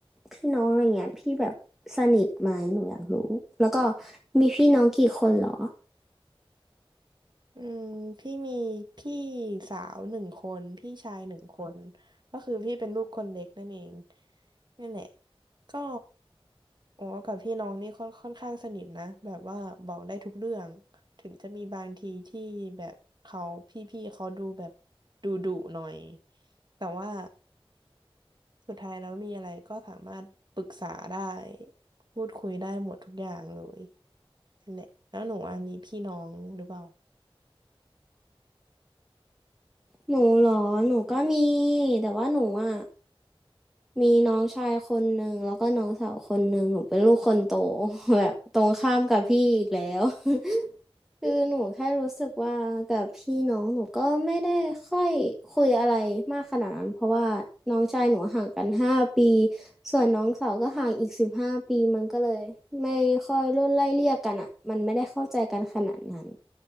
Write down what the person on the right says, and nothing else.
อืมพี่มีพี่สาวหนึ่งคนพี่ชายหนึ่งคนก็คือพี่เป็นลูกคนเล็กนั่นเองนั่นแหละก็โอ้กับพี่น้องนี่ค่อนค่อนข้างสนิทนะแบบว่าบอกได้ทุกเรื่องถึงจะมีบางทีที่แบบเขาพี่พี่เขาดูแบบดุดุหน่อยแต่ว่าสุดท้ายแล้วมีอะไรก็สามารถปรึกษาได้พูดคุยได้หมดทุกอย่างเลยนั่นแหละแล้วหนูอะมีพี่น้องหรือเปล่า